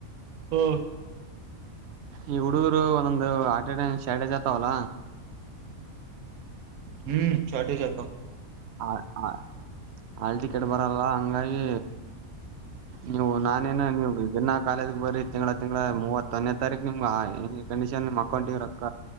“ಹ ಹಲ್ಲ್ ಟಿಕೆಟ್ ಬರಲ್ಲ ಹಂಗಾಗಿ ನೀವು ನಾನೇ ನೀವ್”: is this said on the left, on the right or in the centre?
Right